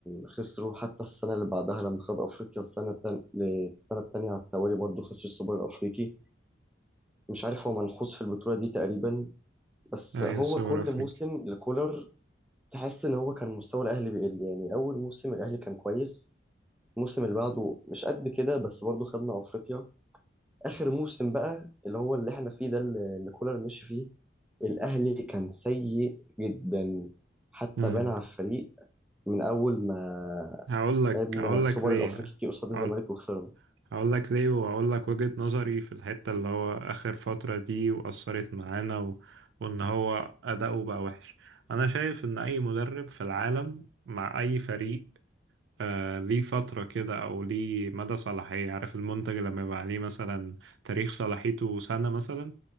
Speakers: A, in the centre; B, on the right.
A: خسروا حتى السنة اللي بعدها لما خد أفريقيا السنة التان... السنة التانية على التوالي برضه خسر السوبر الأفريقي مش عارف هو منحوس في البطولة دي تقريبا بس
B: ايوه
A: هو
B: سوبر
A: كل
B: افريقي
A: موسم لكولر تحس إن هو كان مستوى الأهلي بيقل يعني أول موسم الأهلي كان كويس الموسم اللي بعده مش قد كده بس برضه خدنا أفريقيا آخر موسم بقى اللي هو اللي إحنا فيه ده اللي اللي كولر مشي فيه الأهلي كان سيء جدا حتى
B: امم
A: بان على الفريق من اول ما
B: هقول لك
A: لعبنا
B: هقول
A: السوبر
B: لك ليه
A: الافريقي قصاد
B: هقول
A: الزمالك وخسرنا
B: هقول لك ليه وهقول لك وجهة نظري في الحتة اللي هو اخر فترة دي واثرت معانا و... وان هو اداؤه بقى وحش انا شايف ان اي مدرب في العالم مع اي فريق آه ليه فترة كده أو ليه مدى صلاحية عارف المنتج لما يبقى عليه مثلا تاريخ صلاحيته سنة مثلا